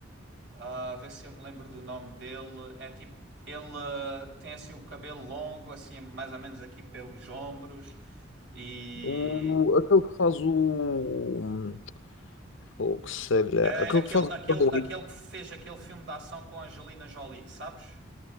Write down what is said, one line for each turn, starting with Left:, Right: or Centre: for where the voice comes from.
Right: ah, vê se eu me lembro do nome dele. É tipo. Ele ah, tem assim o cabelo longo, assim, mais ou menos aqui pelos ombros. E.
Left: O, aquele que faz o. o que sei lá.
Right: É
Left: Aquele
Right: aquele,
Left: que faz o.
Right: aquele,
Left: sanduíche.
Right: aquele que fez aquele filme de ação com a Angelina Jolie, sabes?